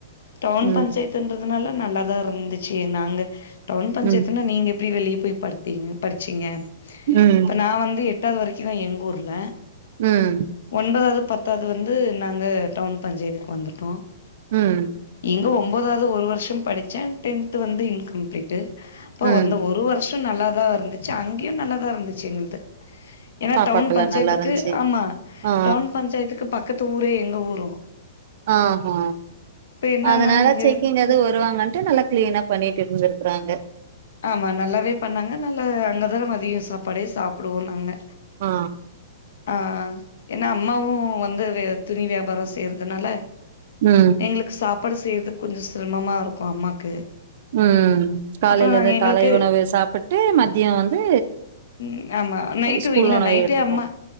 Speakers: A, on the left; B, on the right.
A: டவுன்
B: ம்
A: பஞ்சாயத் ன்றதுனால நல்லாதா இருந்துச்சு நாங்க டவுன் பஞ்சாயத்துனா
B: ம்
A: நீங்க எப்டி வெளிய போய் படுத்தீங்க படிச்சீங்க
B: ம்
A: இப்ப நா வந்து எட்டாவது வரைக்கிதா எங்க ஊர்ல
B: உம்
A: ஒன்பதாவது பத்தாவது வந்து நாங்க டவுன் பஞ்சாயத்துக்கு வந்துட்டோம்
B: ம்
A: இங்க ஒம்போதாவது ஒரு வருஷம் படிச்ச டென்த்து வந்து இன்கம்ப்ளீட்டு அப்ப
B: ம்
A: வந்து ஒரு வருஷம் நல்லாதா இருந்துச்சு அங்கியும் நல்லாதா இருந்துச்சு எங்ளுது ஏனா
B: சாப்பாடுல்லா
A: டவுன் பஞ்சாயத்துக்கு
B: நல்லா இருந்துச்சு
A: ஆமா
B: ஆ
A: டவுன் பஞ்சாயத்துக்கு பக்கத்து ஊரு எங்க ஊரும்
B: ஆஹா
A: என்னன்னா
B: அதனால
A: இங்க
B: செக்கிங் எது வருவாங்கன்ட்டு நல்லா கிளீனா பண்ணிட்டு இருந்திருக்குறாங்க
A: ஆமா நல்லாவே பண்ணாங்க நல்லா அங்கதா மதியம் சாப்பாடே சாப்புடுவோம் நாங்க
B: ஆ
A: ஆ ஆ ஏனா அம்மாவும் வந்து துணி வியாபாரம் செய்யறதுனால
B: ம்
A: எங்களுக்கு சாப்பாடு செய்யறது கொஞ்சம் சிரமமா இருக்கும் அம்மாக்கு
B: ம் காலையில
A: அப்றோ நாங்க
B: எது
A: எங்களுக்கு
B: காலை உணவு சாப்பட் ட்டு மதியம் வந்து
A: ம் ஆமா நைட்டு
B: ஸ்கூல்
A: இல்ல
B: உணவை
A: நைட்டே
B: ஏத்துக்கும்
A: அம்மா